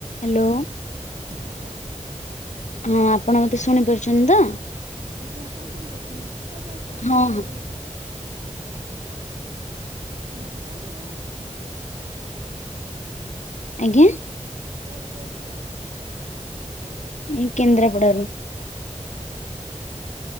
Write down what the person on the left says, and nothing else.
Hello.
ହଁ ଆପଣ ମତେ ଶୁଣି ପାରୁଛନ୍ତି ତ?
ହଁ
ହଁ
ଆଜ୍ଞା।
ଏଇ କେନ୍ଦ୍ରାପଡାରୁ।